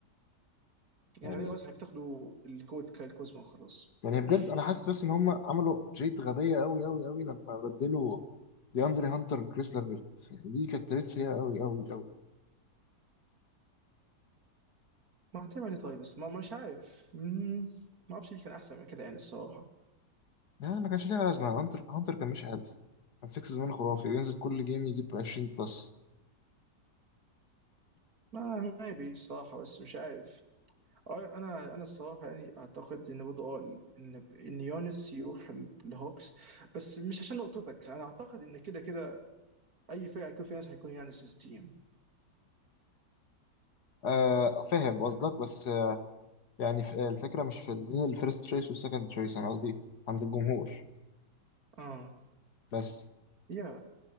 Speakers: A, on the right (about 55°); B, on the left (about 65°).
A: يعني
B: يعني
A: غالبا بس هيفتقدوا الجوت كايل كوزما وخلاص
B: يعني بجد
A: <laughs>
B: انا حاسس بس ان هم عملوا تريد غبيه قوي قوي قوي لما بدلوا دي اندري هانتر بكريس لافيرت يعني دي كانت تريد سيئه قوي قوي قوي
A: ما هتعمل ايه طيب بس ما مش عارف مم. ما اعرفش اللي كان احسن من كده يعني الصراحه
B: لا ما كانش ليها لازمه هانتر هانتر كان ماشي حلو كان 6 زمان خرافي بينزل كل جيم يجيب 20 بلس
A: ما ما بي صراحه بس مش عارف اه انا انا الصراحه يعني اعتقد ان برضه اه ان ان يونس يروح ال- الهوكس بس مش عشان نقطتك انا اعتقد ان كده كده اي فرقه هيكون فيها ناس هيكون يانس تيم
B: آه فاهم قصدك بس آه يعني ف- الفكره مش في مين الفيرست تشويس والسكند تشويس انا قصدي عند الجمهور
A: اه
B: بس
A: يا